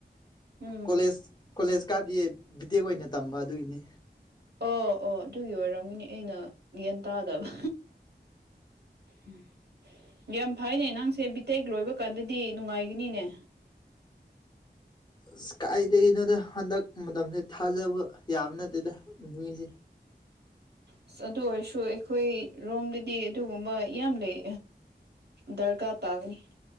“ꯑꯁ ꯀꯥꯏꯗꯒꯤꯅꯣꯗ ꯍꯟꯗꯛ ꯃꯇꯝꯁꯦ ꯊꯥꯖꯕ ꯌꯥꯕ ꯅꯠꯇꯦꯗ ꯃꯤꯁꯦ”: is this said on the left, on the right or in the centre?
Left